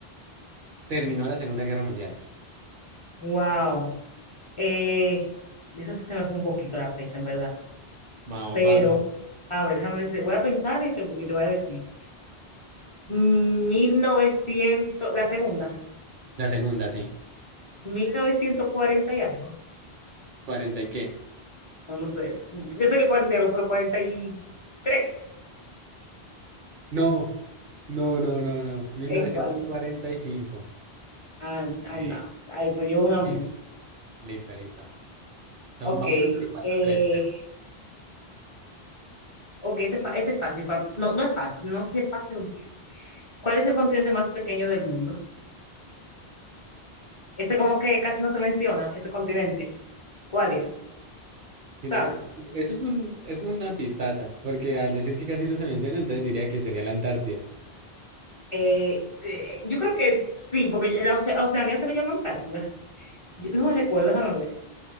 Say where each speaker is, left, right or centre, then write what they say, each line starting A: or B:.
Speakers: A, on the right (about 60°); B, on the left (about 35°).
A: terminó la Segunda Guerra Mundial?
B: Wow. Eh, de eso sí se me fue un poquito la fecha, en verdad.
A: Vamos,
B: Pero,
A: vamos.
B: a ver, déjame ver si- voy a pensar y te, y te voy a decir. mil novecientos la segunda,
A: La segunda, sí.
B: 1940 y algo.
A: ¿40 y qué?
B: No, no sé. Yo sé que 40 y algo, pero cuarenta y tres
A: No, no, no, no, no. 1945.
B: ¿En cuándo? Ah, anda.
A: Eh,
B: Ahí, pues llevo una
A: listo,
B: menos.
A: listo, listo. Entonces,
B: Ok.
A: Vamos como que cuatro
B: eh,
A: tres creo.
B: ok, este, es fa- este es fácil. pa- No, no es fácil. No sé si es fácil o difícil. ¿Cuál es el continente más pequeño del mundo? Ese como que casi no se menciona, ese continente. ¿Cuál es? ¿Sabes?
A: Si no, eso es un, es una pistaza, porque al decir que casi no se menciona, entonces diría que sería la Antártida.
B: Eh, eh, yo creo que sí, porque la Oce- a Oceanía se le llama Antártida. Yo- no recuerdo, déjame ver.